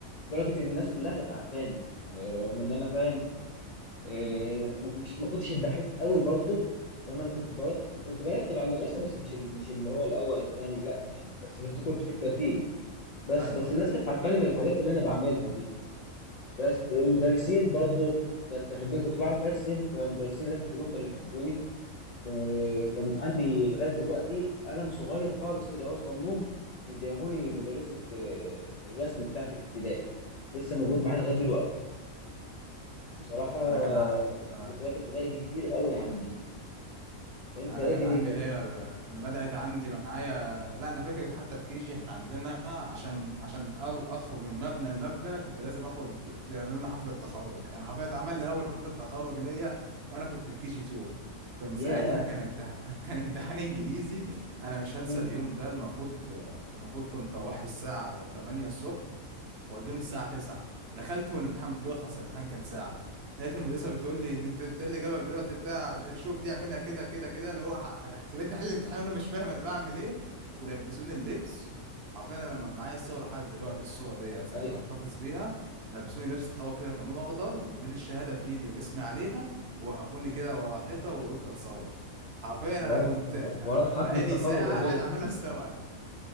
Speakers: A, on the left; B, on the right.
A: لدرجه ان الناس كلها كانت عارفاني يعني رغم ان انا فاهم إيه
B: أمم.
A: ما- مش ما كنتش الدحيح قوي برضه فاهم انا كنت برت كنت برتب على المدرسه بس مش ال- مش اللي هو الاول التاني لا يعني بس بس كنت في الترتيب بس
B: ايوه
A: بس
B: فاهم
A: الناس كانت عارفاني من الحاجات اللي انا بعملها دي بس المدرسين برضه كانت تحبني كنت بعرف ارسم فمدرسين الرسم كلهم كانوا يحبوني آه، كان عندي لغاية دلوقتي قلم صغير خالص كده عاوز غنون مديهوني مدرسة آه، الرسم بتاعتي في ابتدائي لسه موجود معايا لغاية دلوقتي بصراحة آه،
B: انا كان ع- آه.
A: ذكريات ابتدائي دي كتير قوي عندي انت
B: انا
A: ايه
B: كان
A: دنيتك؟
B: عندي اللي هي انا بدأت عندي معايا لا انا فاكر حتى في كيجي احنا عندنا عشان عشان أ- اخرج من مبنى لمبنى كنت لازم اخد بيعملوا لنا حفلة تخرج انا حفلة اتعمل لي اول حفلة تخرج ليا وانا كنت في كيجي 2 كنت
A: ياه
B: ساعتها كان امتحان <laughs> كان امتحان انجليزي انا مش هنسى
A: مم.
B: اليوم ده المفروض المفروض كنت اروح الساعة 8 الصبح ودوني الساعة 9 دخلت والامتحان بيخلص الامتحان كان ساعة لقيت المدرسة بتقول لي ان انت إنت اللي جابك دلوقتي بتاع ش- شوف دي اعملها كده كده كده اللي هو ح- ح- خلتني احل الامتحان وانا مش فاهم انا بعمل ايه ولبسوني اللبس عارفين انا م- معايا الصور لحد دلوقتي الصورة ديت يعني
A: ايوه
B: محتفظ بيها لبسوني لبس تخوف كده كان لونه اخضر وادوني الشهادة في ايدي واسمي عليها وقفوني كده ورا حيطة ووقفت اتصور حرفيا انا
A: وراك
B: كنت
A: وراك حفلة
B: بقالي
A: تخرج
B: ساعة
A: يا بيه
B: قاعد عمال
A: <laughs>
B: استوعب